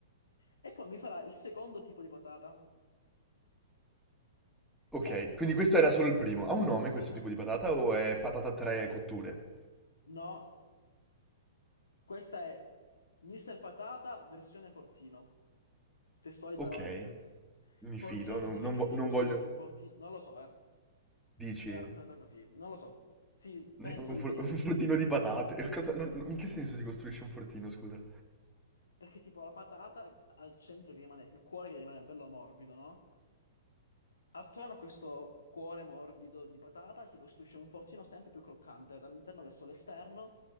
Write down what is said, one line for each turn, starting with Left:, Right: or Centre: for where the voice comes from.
Left: eh? E poi mi farà il secondo tipo di patata,
Centre: Ok,
Left: che è...
Centre: quindi questo era solo il primo. Ha un nome
Left: so-
Centre: questo
Left: No,
Centre: tipo di patata o è patata a tre cotture?
Left: no, questa è Mister Patata versione fortino. Testuali parole,
Centre: Ok,
Left: ne ha detto.
Centre: mi
Left: Fortino
Centre: fido,
Left: penso
Centre: non, non
Left: perché
Centre: vo-
Left: si
Centre: non
Left: costruisca
Centre: voglio...
Left: un fortino, non lo so, eh.
Centre: Dici,
Left: Me l'ha raccontata così, non lo so. Sì,
Centre: un,
Left: penso di
Centre: fr-
Left: sì, eh.
Centre: un fortino di patate. <laughs> Cosa- non- non- in che senso si costruisce un fortino, scusa?
Left: Perché tipo la patata al centro che rimane, il cuore che rimane bello morbido, no? Attorno a questo cuore morbido di patata si costruisce un fortino sempre più croccante, dall'interno verso l'esterno.